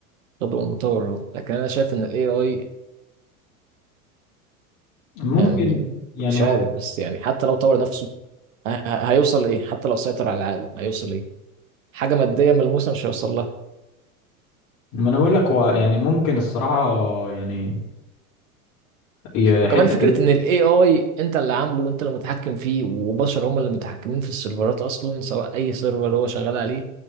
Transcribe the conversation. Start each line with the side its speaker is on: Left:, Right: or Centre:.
Right: يخدم المطور هو لكن انا شايف ان الاي اي
Left: ممكن
Right: يعني
Left: يعني
Right: مش
Left: هو
Right: عارف بس يعني حتى لو طور نفسه ه- ه- هيوصل لايه حتى لو سيطر على العالم هيوصل لايه حاجة مادية ملموسة مش هيوصل لها
Left: ما انا بقول لك هو يعني ممكن الصراحة يعني ي-
Right: وكمان
Left: حتة
Right: فكرة ان الاي اي انت اللي عامله وانت اللي متحكم فيه وبشر هم اللي متحكمين في السيرفرات اصلا سواء اي سيرفر هو شغال عليه